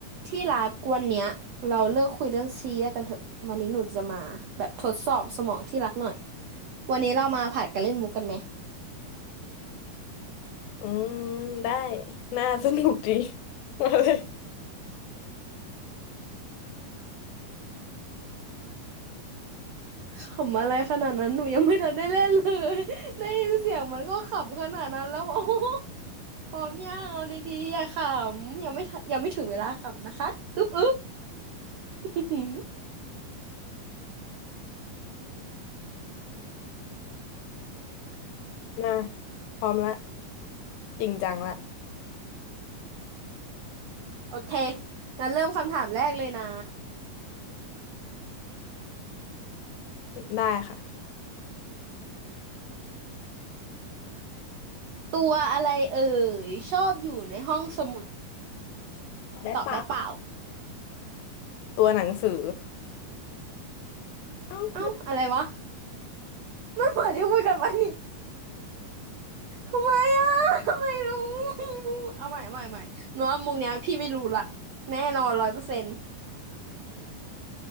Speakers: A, on the right; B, on the left.
A: ที่รักวันเนี้ยเราเลิกคุยเรื่องซีเรียสกันเถอะวันนี้หนูจะมาแบบทดสอบสมองที่รักหน่อยวันนี้เรามาผัดกันเล่นมุกกันไหม
B: อืมได้น่าสนุกดี <laughs> มาเลย
A: ขำอะไรขนาดนั้นหนูยังไม่ทันได้เล่นเลย <laughs> ได้ยินเสียงมันก็ขำขนาดนั้นแล้ว <laughs> โอ้โหพร้อมยังเอาดีๆอย่าขำยังไม่ทันยังไม่ถึงเวลาขำนะคะอึ๊บอึ๊บ <laughs>
B: น่าพร้อมละจริงจังละ
A: โอเคงั้นเริ่มคำถามแรกเลยนะ
B: ได้ค่ะ
A: ตัวอะไรเอ่ยชอบอยู่ในห้องสมุด
B: ได้ปะ
A: ตอบได้เปล่า
B: ตัวหนังสือเอ้าอะ
A: เอ้าอะไรวะมันเหมือนที่คุยกันไว้นี่ทำไมอ่ะทำไมรู้เอาใหม่เอาใหม่เอาใหม่หนูว่ามุกเนี้ยพี่ไม่รู้ละแน่นอนร้อยเปอร์เซ็นต์